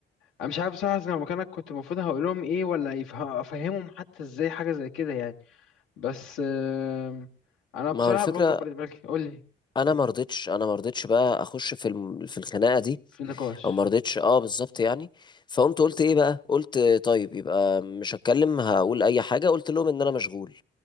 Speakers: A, on the left; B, on the left.
A: انا مش عارف بصراحة لو مكانك كنت المفروض هقول لهم ايه ولا يفه- افهمهم حتى ازاي حاجة زي كده يعني بس آم، انا بصراحة
B: ما هو الفكرة
A: بكبر دماغي قول لي
B: أنا
A: قول
B: ما
A: لي.
B: رضيتش أنا ما رضيتش بقى أخش في الم... في الخناقة دي
A: في نقاش
B: أو ما رضيتش أه بالظبط يعني فقمت قلت إيه بقى؟ قلت آه، طيب يبقى مش هتكلم هقول أي حاجة قلت لهم إن أنا مشغول